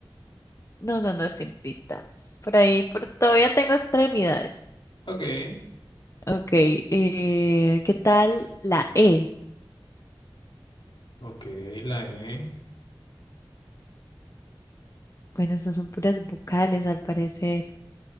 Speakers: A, on the left; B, on the left.
A: no, no, no, sin pista. Por ahí, por, todavía tengo extremidades.
B: Ok.
A: Ok, eh, ¿qué tal la E?
B: Ok, la E.
A: Bueno, esas son puras vocales al parecer.